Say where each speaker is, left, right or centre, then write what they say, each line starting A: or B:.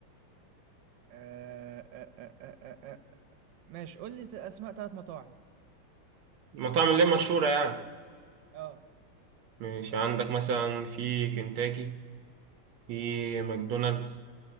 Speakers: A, on the right (about 65°); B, on the right (about 90°).
A: أه أه أه أه أه. أه. أه. ماشي قول لي ت- اسماء ثلاث مطاعم
B: المطاعم اللي هي مشهورة يعني
A: اه
B: ماشي عندك مثلا في كنتاكي في ماكدونالدز